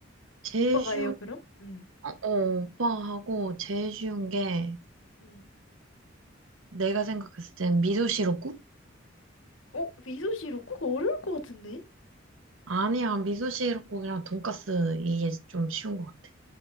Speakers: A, on the right; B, on the left.
A: 제일
B: 오빠가
A: 쉬운,
B: 해요, 그럼? 응.
A: 어, 어, 오빠하고 제일 쉬운 게,
B: 응
A: 내가 생각했을 땐 미소 시럽국?
B: 어? 미소시루 그거 어려울 것 같은데?
A: 아니야, 미소 시럽국이랑 돈까스 이게 좀 쉬운 것 같아.